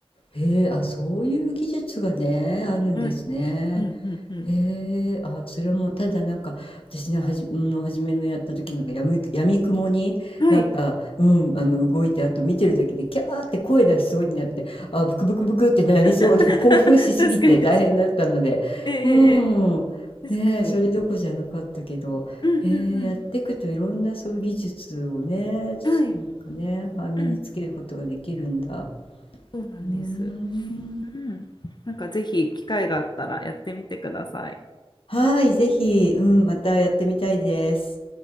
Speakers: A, on the left; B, on the left.
A: へえ、あ、そういう技術がね、あるんですね。
B: はい。うんうんうん。
A: へえ、あ、それはもうただなんか、私のはじ、の初めのやった時のがやむ、やみくもになんか、
B: はい。
A: うん、あの動いて、あと見てるだけでキャーって声出しそうになって、あ、ブクブクブクってなりそうで、
B: <laughs> 確かに確かに。
A: <laughs> 興奮しすぎて大変だったので、
B: えええええ
A: うん、
B: え確かに。
A: ねえ、それどこじゃなかったけど、
B: うんうん
A: へえ、やっていくといろんなそういう技術をね、なん
B: うん。はい。
A: かね、あ身につけることができるんだ。
B: うん。そうなんです。
A: うーん。
B: うん。なんかぜひ機会があったらやってみてください。
A: はい、ぜひ、うん、またやってみたいです。